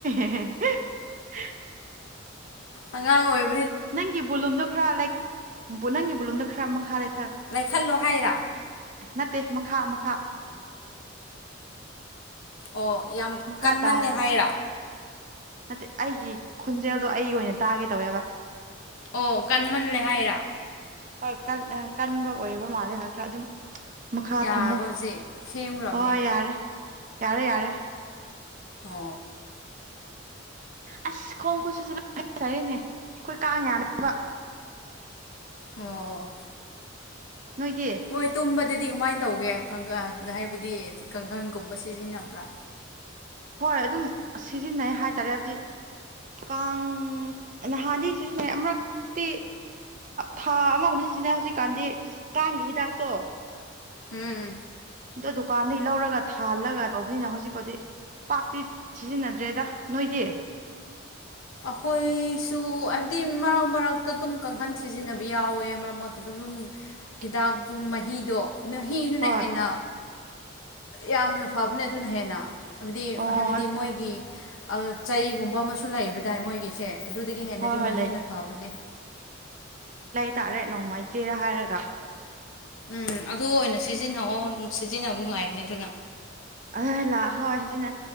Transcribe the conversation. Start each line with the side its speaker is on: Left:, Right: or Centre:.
Right: <unintelligible>
Left: ꯑꯉꯥꯡ ꯑꯣꯏꯕ
Right: ꯅꯪꯒꯤ ꯕꯣꯂꯨꯝꯗꯣ ꯈꯔ ꯂꯥꯏꯛ ꯅꯪꯒꯤ ꯕꯣꯂꯨꯝꯗꯣ ꯈꯔ ꯃꯈꯥ ꯂꯩ
Left: ꯂꯩꯥꯏꯈꯠꯂꯣ ꯍꯥꯏꯔ
Right: ꯅꯠꯇꯦ ꯃꯈꯥ ꯃꯈꯥ
Left: ꯑꯣ ꯌꯥꯝ
Right: ꯃꯈꯥ
Left: ꯀꯟꯃꯜꯂꯦ
Right: ꯗꯥꯎꯟ
Left: ꯍꯥꯏꯔꯥ
Right: ꯅꯠꯇꯦ ꯑꯩꯒꯤ ꯈꯣꯟꯖꯦꯜꯗꯣ ꯑꯩ ꯑꯣꯏꯅ ꯇꯥꯒꯦ ꯇꯧꯋꯦꯕ
Left: ꯑꯣ ꯀꯟꯃꯜꯂꯦ ꯍꯥꯏꯔ
Right: ꯍꯣꯏ ꯀꯟꯕ ꯑꯣꯏꯔꯕ ꯃꯥꯜꯂꯦ ꯍꯣꯏ ꯈꯔ ꯑꯗꯨꯝ ꯃꯈꯥ
Left: ꯌꯥꯔꯕ
Right: ꯊꯝꯃꯣ
Left: ꯍꯧꯖꯤꯛ ꯁꯦꯝꯈ꯭ꯔꯕꯅꯦ
Right: ꯍꯣꯏ ꯌꯥꯔꯦ ꯌꯥꯔꯦ ꯌꯥꯔꯦ
Left: ꯑꯣ
Right: ꯑꯁ ꯈꯣꯡ ꯈꯨꯠꯆꯁꯤ ꯂꯖꯔꯤꯅꯦ ꯑꯩꯈꯣꯏ ꯀꯥꯡ ꯌꯥꯝꯅꯦꯕ
Left: ꯑꯣ
Right: ꯅꯣꯏꯗꯤ
Left: ꯍꯣꯏ ꯇꯨꯝ ꯑꯗꯨꯗꯤ ꯀꯃꯥꯏꯅ ꯇꯧꯒꯦ ꯍꯥꯏꯕꯗꯤ ꯀꯥꯡꯈꯟꯒꯨꯝꯕ ꯁꯤꯖꯤꯟꯅꯕ꯭ꯔꯥ
Right: ꯍꯣꯏ ꯑꯗꯨꯝ ꯁꯤꯖꯤꯟꯅꯩ ꯍꯥꯏꯇꯥꯔꯦ ꯍꯥꯏꯕꯗꯤ ꯀꯥꯡ ꯅꯍꯥꯟꯅꯤ ꯁꯤꯖꯤꯟꯅꯩ ꯑꯃꯨꯔꯛꯇꯤ ꯊꯥ ꯑꯃꯒꯨꯝꯕꯕꯁꯤ ꯁꯤꯖꯤꯟꯅꯩ ꯍꯧꯖꯤꯛꯀꯥꯟꯗꯤ ꯇꯥꯡꯒꯤ ꯍꯤꯗꯥꯛꯇꯣ
Left: ꯎꯝꯝ
Right: ꯑꯗ ꯗꯨꯀꯥꯟꯗꯒꯤ ꯂꯧꯔꯒ ꯊꯥꯜꯂꯒ ꯇꯧꯕꯅꯤꯅ ꯍꯧꯖꯤꯛꯐꯥꯎꯗꯤ ꯄꯥꯛꯇꯤ ꯁꯤꯖꯤꯟꯅꯗ꯭ꯔꯦꯗ ꯅꯣꯏꯗꯤ
Left: ꯑꯩꯈꯣꯏꯁꯨ ꯍꯥꯏꯕꯗꯤ ꯃꯔꯛ ꯃꯔꯛꯇ ꯑꯗꯨꯝ ꯀꯥꯡꯈꯟ ꯁꯤꯖꯤꯟꯅꯕ ꯌꯥꯎꯋꯦ ꯃꯔꯛ ꯃꯔꯛꯇ ꯑꯗꯨꯝ
Right: <unintelligible>
Left: ꯍꯤꯗꯥꯛꯇ ꯃꯍꯤꯗꯣ ꯃꯍꯤꯗꯨꯅ
Right: ꯍꯣꯏ
Left: ꯍꯦꯟꯅ ꯌꯥꯝꯅ ꯐꯕꯅꯦ ꯑꯗꯨꯅ ꯍꯦꯟꯅ ꯍꯥꯏꯕꯗꯤ
Right: ꯑꯣ
Left: ꯍꯥꯏꯕꯗꯤ ꯃꯣꯏꯒꯤ ꯆꯩꯒꯨꯝꯕ ꯑꯃꯁꯨ ꯂꯩꯕꯗꯥꯏ ꯃꯣꯏꯒꯤꯁꯦ ꯑꯗꯨꯗꯒꯤ ꯍꯦꯟꯅꯗꯤ
Right: ꯍꯣꯏ ꯍꯣꯏ
Left: ꯃꯍꯤꯅ
Right: ꯂꯩ
Left: ꯐꯕꯅꯦ
Right: ꯇꯥꯔꯦꯠ ꯅꯣꯡꯃꯥꯏ ꯆꯦ ꯍꯥꯏꯔꯒ
Left: ꯎꯝ ꯑꯗꯨ ꯑꯣꯏꯅ ꯁꯤꯖꯤꯟꯅꯑꯣ ꯁꯤꯖꯤꯟꯅꯕ ꯅꯨꯡꯉꯥꯏꯕꯅꯦ ꯑꯗꯨꯅ
Right: ꯑꯥ ꯂꯥ ꯍꯣꯏ ꯁꯤꯖꯤꯅ